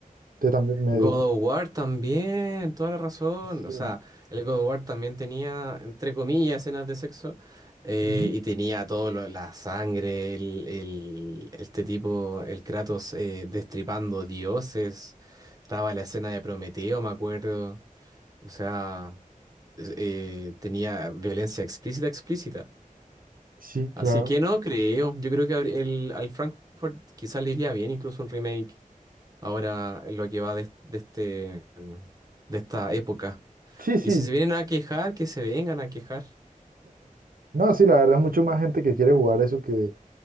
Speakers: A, on the right; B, on the right.
A: te también me...
B: God of War también, toda la razón.
A: Sí,
B: O sea, el God of War también tenía, entre comillas, escenas de sexo. eh,
A: ujú.
B: y tenía todo lo- la sangre, el, el- este tipo, el Kratos eh, destripando dioses. Estaba la escena de Prometeo, me acuerdo. O sea, es- eh, tenía violencia explícita, explícita.
A: Sí,
B: Así
A: claro.
B: que no creo. Yo creo que habría- el, al Frankfurt quizás le iría bien incluso un remake ahora en lo que va de, de este, de esta época.
A: Sí, sí.
B: Y si se vienen a quejar, que se vengan a quejar.
A: No, sí, la verdad es mucho más gente que quiere jugar eso que,